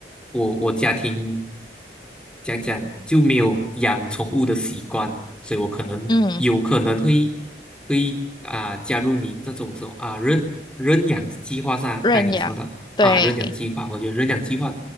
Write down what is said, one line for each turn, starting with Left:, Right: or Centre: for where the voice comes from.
Centre: 我我家庭讲讲就没有养宠物的习惯，所以我可能有可能会。
Left: 嗯，
Centre: 会啊加入你这种说啊认认养计划上，
Left: 认养，
Centre: 该你说的啊认养计划，
Left: 对，
Centre: 我觉得认养计划